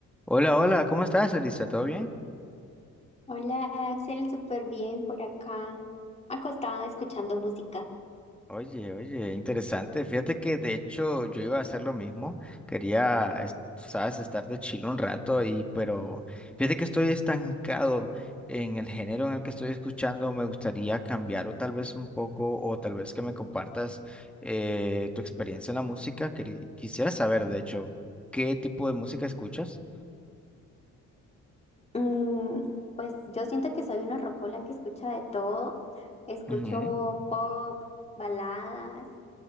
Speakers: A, in the centre; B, on the left (about 20°).
A: Hola, hola, ¿cómo estás, Elisa? ¿Todo bien?
B: Hola Axel, súper bien por acá, acostada escuchando música.
A: Oye, oye, interesante. Fíjate que de hecho yo iba a hacer lo mismo. Quería, es- sabes, estar de chile un rato y, pero fíjate que estoy estancado en el género en el que estoy escuchando. Me gustaría cambiar o tal vez un poco, o tal vez que me compartas eh, tu experiencia en la música. Queri- Quisiera saber, de hecho, qué tipo de música escuchas.
B: Mm, pues yo siento que soy una rocola que escucha de todo. Escucho
A: Ujú,
B: pop, baladas,